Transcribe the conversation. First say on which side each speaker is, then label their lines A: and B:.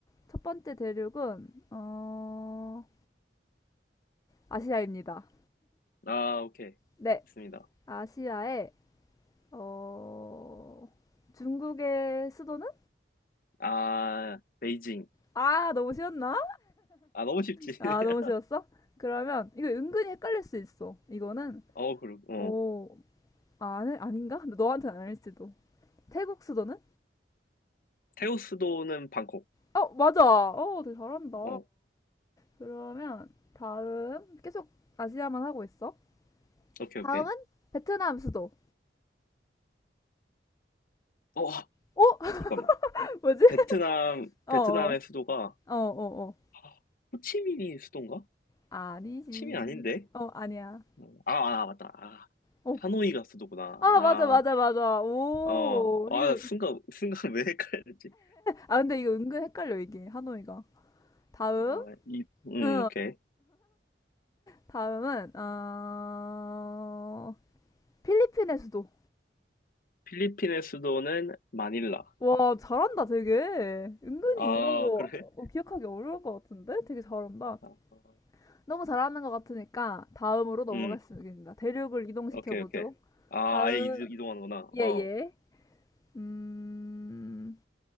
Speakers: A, on the left; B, on the left.
A: 첫 번째 대륙은, 어, 아시아입니다.
B: 아, 오케이.
A: 네.
B: 좋습니다.
A: 아시아의, 어, 중국의 수도는?
B: 아, 베이징.
A: 아, 너무 쉬웠나?
B: 아, 너무 쉽지. <laughs>
A: 아, 너무 쉬웠어? 그러면 이거 은근히 헷갈릴 수 있어. 이거는
B: 어, 그리고, 어.
A: 어, 아, 아니, 아닌가? 근데 너한테는 아닐지도. 태국 수도는?
B: 태우 수도는 방콕.
A: 어, 맞아. 어, 되게 잘한다.
B: 어,
A: 그러면 다음 계속 아시아만 하고 있어.
B: 오케이,
A: 다음은
B: 오케이.
A: 베트남 수도.
B: 어,
A: 어?
B: 잠깐만.
A: <laughs> 뭐지?
B: 베트남,
A: 어,
B: 베트남의
A: 어,
B: 수도가,
A: 어, 어, 어.
B: 아, 호치민이 수도인가?
A: 아니지.
B: 침이 아닌데?
A: 어, 아니야.
B: 어, 아, 아, 맞다. 아,
A: 어.
B: 하노이가 수도구나.
A: 아,
B: 아,
A: 맞아, 맞아, 맞아. 오,
B: 어,
A: 이거,
B: 아, 순간, 순간 <laughs> 왜 헷갈렸지?
A: 아, 근데 이거 은근 헷갈려, 이게, 하노이가. 다음?
B: 아, 이, 음,
A: 응.
B: 오케이.
A: 다음은 어... 필리핀의 수도.
B: 필리핀의 수도는 마닐라.
A: 와, 잘한다, 되게. 은근히
B: 아,
A: 이런 거
B: 그래?
A: 어, 기억하기 어려울 것 같은데? 되게 잘한다.
B: 아, 어,
A: 너무 잘하는 것 같으니까 다음으로 넘어가겠습니다.
B: 음,
A: 대륙을 이동시켜보죠.
B: 오케이, 오케이. 아,
A: 다음,
B: 아예 이동, 이동하는구나.
A: 예,
B: 어,
A: 예. 음,